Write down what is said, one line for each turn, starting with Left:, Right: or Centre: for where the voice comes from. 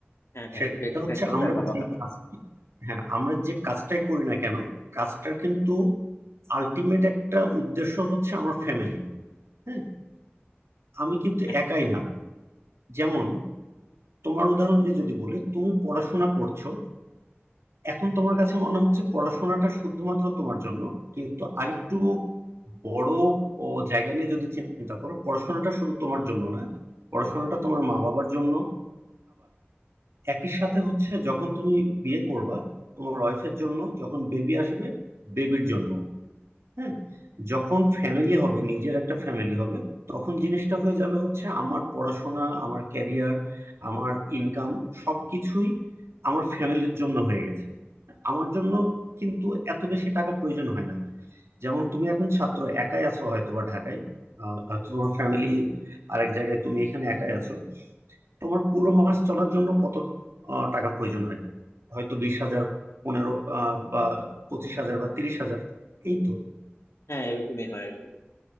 Left: হ্যাঁ হ্যাঁ
Right: সেটা
Left: একটু এক্সপ্লেন
Right: হচ্ছে
Left: করলে
Right: আমরা
Left: ভালো
Right: যে
Left: হয়
Right: কাজ হ্যাঁ আমরা যে কাজটাই করি না কেন কাজটার কিন্তু আলটিমেট একটা উদ্দেশ্য হচ্ছে আমার ফ্যামিলি হ্যাঁ আমি কিন্তু
Left: হ্যাঁ
Right: একাই না যেমন তোমার উদাহরণ দিয়ে যদি বলি তুমি পড়াশোনা করছো এখন তোমার কাছে মনে হচ্ছে পড়াশোনাটা শুধুমাত্র তোমার জন্য কিন্তু আরেকটু বড় ও জায়গা নিয়ে যদি চিন্তা করো পড়াশোনাটা শুধু তোমার জন্য না পড়াশোনাটা তোমার মা বাবার জন্য একই সাথে হচ্ছে যখন তুমি বিয়ে করবা তোমার ওয়াইফের জন্য যখন বেবি আসবে বেবির জন্য হ্যাঁ যখন ফ্যামিলি হবে নিজের একটা ফ্যামিলি হবে তখন জিনিসটা হয়ে যাবে হচ্ছে আমার পড়াশোনা আমার ক্যারিয়ার আমার ইনকাম সবকিছুই আমার ফ্যামিলির জন্য হয়ে গেছে আমার জন্য কিন্তু এত বেশি টাকা প্রয়োজন হয় না যেমন তুমি এখন ছাত্র একাই আছো হয়তো বা ঢাকায় আহ, হয়তো তোমার ফ্যামিলি আরেক জায়গায় তুমি এখানে একাই আছো তোমার পুরো মাস চলার জন্য কত আহ, টাকা প্রয়োজন হয় হয়তো বিশ হাজার পনেরো আহ, বা পঁচিশ হাজার বা তিরিশ হাজার এই তো
Left: হ্যাঁ এরকমই হয় আর কি